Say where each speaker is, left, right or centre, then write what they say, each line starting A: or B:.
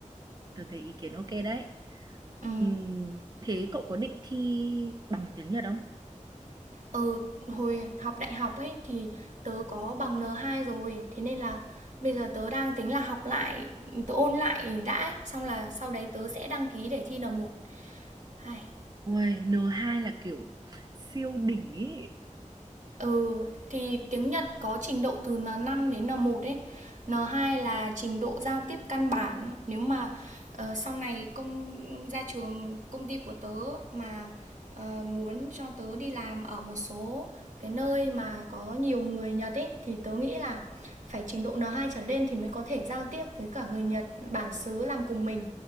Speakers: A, on the right; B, on the right.
A: tôi thấy ý kiến ok đấy
B: ừ.
A: Ừm, thế cậu có định thi bằng tiếng Nhật không?
B: Ừ, hồi học đại học ấy thì tớ có bằng n hai rồi, thế nên là bây giờ tớ đang tính là học lại, tớ ôn lại đã ấy. Xong là sau đấy tớ sẽ đăng ký để thi n một Hai.
A: Uầy, n hai là kiểu siêu đỉnh ý.
B: Ừ, thì tiếng Nhật có trình độ từ n năm đến n một ấy. n hai là trình độ giao tiếp căn bản. Nếu mà ờ, sau này công ra trường công ty của tớ mà ờ, muốn cho tớ đi làm ở một số cái nơi mà có nhiều người Nhật ấy thì tớ nghĩ là phải trình độ n hai trở lên thì mới có thể giao tiếp với cả người Nhật bản xứ làm cùng mình.